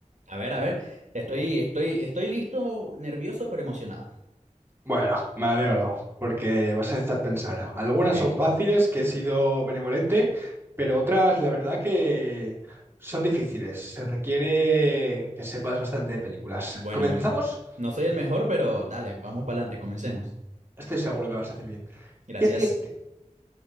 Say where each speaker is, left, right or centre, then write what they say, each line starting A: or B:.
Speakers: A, on the right; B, on the right.
A: A ver, a ver, estoy, estoy, estoy listo, nervioso, pero emocionado.
B: Bueno, me alegro, porque vas a estar pensando. Algunas
A: Ok,
B: son fáciles, que he sido benevolente, pero otras, la verdad que son difíciles. Se requiere que sepas bastante de películas.
A: bueno,
B: ¿Comenzamos?
A: bueno. No soy el mejor, pero dale, vamos para adelante, comencemos.
B: Estoy seguro que lo vas a hacer bien.
A: Gracias.
B: ¿Qué director?